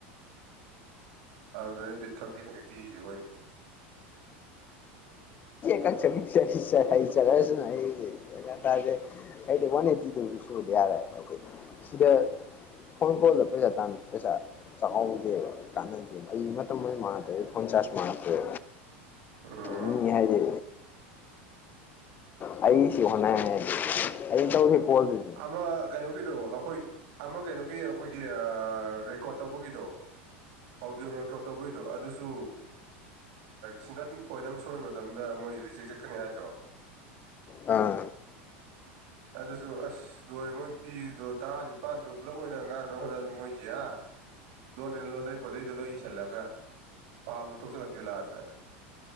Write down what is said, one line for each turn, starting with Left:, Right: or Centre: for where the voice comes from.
Right: ꯑꯗꯨꯅꯦ ꯕꯤꯠ ꯈꯪꯇꯦꯛ ꯈꯪꯇꯦꯛ ꯇꯦꯛꯢꯁꯤ ꯑꯩꯈꯣꯏꯅ
Left: ꯀꯛ ꯆ ꯆ ꯆꯂꯁꯨꯅ ꯑꯩ ꯇꯦ <inaudible> ꯑꯩꯗꯤ ꯋꯥꯟ ꯑꯦꯇꯤ ꯒꯨꯝꯕ ꯁꯨꯔꯗꯤ ꯌꯥꯔꯦ ꯍꯥꯏꯗꯤ ꯁꯤꯗ ꯐꯣꯟ ꯀꯣꯜꯗ ꯄꯩꯁꯥ ꯇꯥꯟꯕ ꯄꯩꯁꯥ ꯆꯥꯛꯍꯧꯗꯦꯕ ꯀꯥꯟꯅꯗꯦꯕ ꯑꯩ ꯃꯇꯝ ꯑꯣꯏꯅꯥ ꯃꯥꯡꯉ ꯇꯣꯛꯌꯦ ꯐꯣꯟ ꯆꯥꯔ ꯑꯣꯏꯅ ꯃꯉꯥ ꯇꯣꯛꯌꯦ
Right: ꯑꯝ
Left: ꯃꯤ ꯍꯥꯏꯗꯤ ꯑꯩ ꯁꯤ ꯍꯅꯦ <inaudible> ꯑꯩ ꯇꯧꯁꯤ ꯄꯣꯜꯁꯤ
Right: ꯑꯃ ꯀꯩꯅꯣꯒꯤꯗꯣ ꯑꯩꯈꯣꯏ ꯑꯃ ꯀꯩꯅꯣꯒꯤ ꯑꯩꯈꯣꯏꯒꯤ ꯔꯦꯀꯣꯠ ꯇꯧꯕꯒꯤꯗꯣ ꯑꯥꯎꯗꯤꯑꯣ ꯔꯦꯒꯣꯠ ꯇꯧꯕꯩ ꯑꯗꯨꯁꯨ ꯁꯤꯡꯒꯟ ꯄꯣꯏꯟ ꯑꯃ ꯁꯣꯏꯕ ꯃꯇꯝꯗ ꯃꯣꯏ ꯔꯤꯖꯦꯛ ꯆꯠꯀꯅꯤ ꯍꯥꯏꯗ꯭ꯔꯣ
Left: ꯑꯥ
Right: ꯑꯗꯨ ꯑꯁ ꯂꯣꯏꯣꯔꯦ ꯃꯣꯏꯅ ꯄꯤꯔꯤꯗꯣ ꯇꯔꯥꯅꯤꯄꯥꯥꯟꯗꯣ ꯄꯨꯂꯞ ꯑꯣꯏꯅ ꯉꯥꯡꯅꯕ ꯍꯣꯠꯅꯕ ꯃꯣꯏꯒꯤ ꯑꯥ ꯂꯣꯟꯅꯦꯅ ꯂꯣꯟꯗꯔꯩ ꯐꯣꯗꯩꯗꯣ ꯂꯣꯏ ꯏꯁꯤꯜꯂꯒ ꯄꯥꯕꯚꯧ ꯊꯣꯛꯆꯜꯂꯛꯇꯦ ꯂꯥꯁꯇ